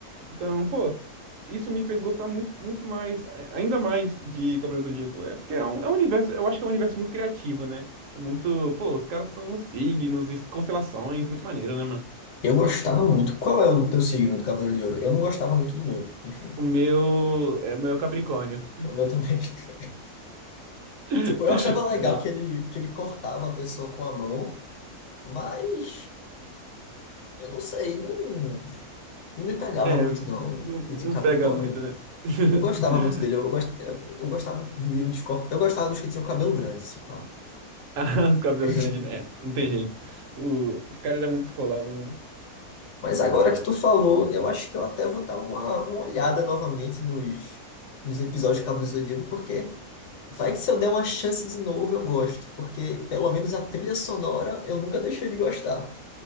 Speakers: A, on the right (about 65°); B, on the left (about 60°).
A: Então, pô, isso me fez gostar muito, muito mais, a- ainda mais de Cavaleiros do Zodíaco. É porque é um, é um universo, eu acho que é um universo muito criativo, né? É muito, pô, os caras são signos, es- constelações, muito maneiro, né, mano?
B: Eu gostava muito. Qual é o teu signo do Cavaleiro de Ouro? Eu não gostava muito do meu. Enfim,
A: O meu é o meu é Capricórnio.
B: o meu também. <laughs>
A: <laughs>
B: Tipo, eu achava legal
A: Tá aí.
B: que ele, que ele cortava a pessoa com a mão, mas eu não sei, não. não me pegava
A: É,
B: muito, não,
A: não,
B: o
A: não
B: de Capricórnio.
A: pega muito, né? <laughs>
B: Eu não gostava muito dele. Eu, gost... eu eu gostava do Miro de Escorpião. Eu gostava dos que tinham cabelo grande, se pá.
A: Ah, os cabelos
B: <laughs>
A: grandes, né? É, não tem jeito. O, os caras eram muito descolados, mano.
B: Mas agora que tu falou, eu acho que eu até vou dar uma, uma olhada novamente nos, nos episódios de Cabo do Zodíaco, porque vai que se eu der uma chance de novo, eu gosto. Porque pelo menos a trilha sonora eu nunca deixei de gostar.